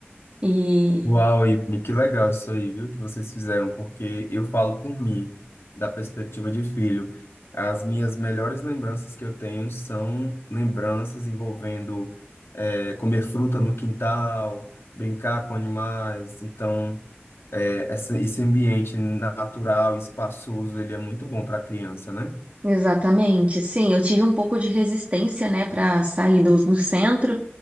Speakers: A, on the right; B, on the left.
A: e
B: Uau, Ivne, que legal isso aí, viu, que vocês fizeram, porque eu falo por mim, da perspectiva de filho. As minhas melhores lembranças que eu tenho são lembranças envolvendo eh, comer fruta no quintal, brincar com animais. Então, eh, essa, esse ambiente natural, espaçoso, ele é muito bom para a criança, né?
A: exatamente, sim, eu tive um pouco de resistência, né, para sair do, do centro,